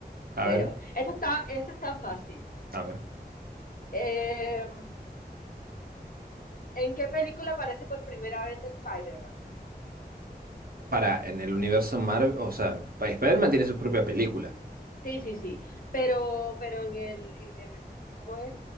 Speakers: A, on the right (about 60°); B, on the left (about 55°).
A: A
B: Bueno,
A: ver,
B: esta está, esta está fácil.
A: a ver.
B: Eh, ¿en qué película aparece por primera vez Spider-Man?
A: Para, en el universo Marvel, o sea, pa- Spider-Man tiene su propia película.
B: Sí, sí, sí. Pero, pero en el, en el, ¿cómo es?